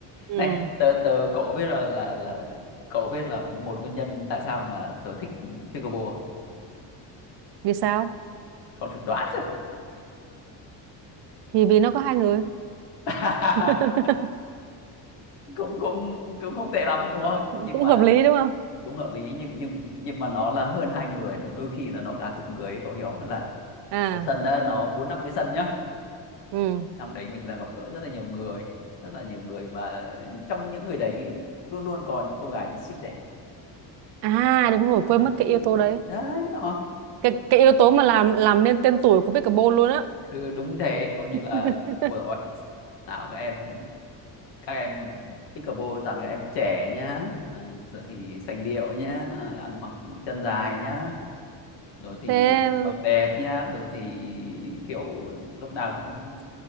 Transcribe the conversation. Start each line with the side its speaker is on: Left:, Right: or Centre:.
Right: ừ.
Left: này tớ tớ cậu có biết là là là cậu biết là một nguyên nhân tại sao mà tớ thích pickleball không?
Right: vì sao
Left: cậu thử đoán xem
Right: thì vì nó có hai người
Left: <laughs>
Right: <laughs>
Left: cũng cũng cũng không tệ lắm đúng không nhưng
Right: cũng
Left: mà
Right: hợp lý đúng không
Left: cũng hợp lý nhưng nhưng nhưng mà nó là hơn hai người nó đôi khi là nó cả chục người ấy, cậu hiểu không? là
Right: à
Left: cái sân á, nó bốn năm cái sân nhá
Right: ừ.
Left: trong đấy mình là gặp gỡ rất là nhiều người rất là nhiều người và trong những người đấy luôn luôn có những cô gái rất xinh đẹp
Right: à đúng rồi quên
Left: À,
Right: mất cái yếu tố đấy
Left: đấy nó
Right: cái cái yếu tố mà làm làm nên tên tuổi của Pickleball luôn á
Left: đấyคือđúng thế coi như
Right: <laughs>
Left: là ôi rồi nào các em các em pickleball toàn các em trẻ nhá à, rồi thì sành điệu nhá à, ăn mặc chân dài nhá rồi thì
Right: thế
Left: mặc đẹp nhá rồi thì kiểu lúc nào cũng